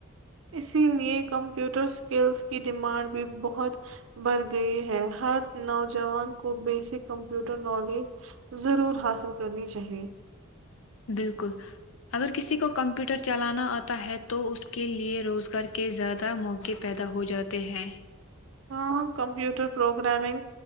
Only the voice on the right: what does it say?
اسی لیئے کمپیوٹر اسکلس کی ڈیمانڈ بھی بہت بڑھ گئی ہے ہر نوجوان کو بیسک کمپیوٹر نالج ضرور حاصل کرنی چاہیے
ہاں کمپیوٹر پروگرامنگ